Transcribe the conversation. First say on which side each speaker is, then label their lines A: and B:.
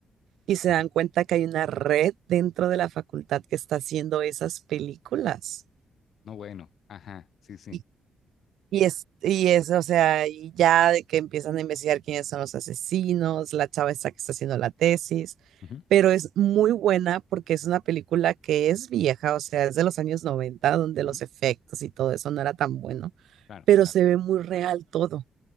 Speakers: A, on the right; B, on the left.
A: y se
B: ajá.
A: dan cuenta que hay una red dentro de la facultad que está haciendo esas películas
B: No bueno, ajá, sí, sí.
A: y Y es, y es, o sea, y ya de que empiezan a investigar quiénes son los asesinos, la chava esta que está haciendo la tesis,
B: Ujú,
A: pero es muy buena porque es una película que es vieja, o sea, es de los años 90 donde
B: ujú,
A: los efectos y todo eso no era tan bueno,
B: Claro,
A: pero
B: claro,
A: se
B: ajá.
A: ve muy real todo.